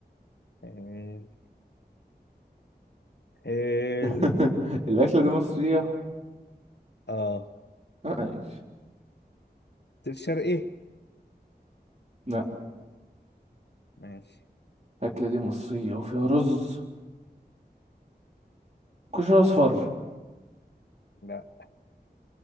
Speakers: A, on the left; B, on the right.
A: إيه، حلو
B: <laughs> الأكلة دي مصرية
A: اه
B: ماشي
A: قلت لي شرقي
B: لأ
A: ماشي
B: الأكلة دي مصرية وفيها رز كشري أصفر
A: لا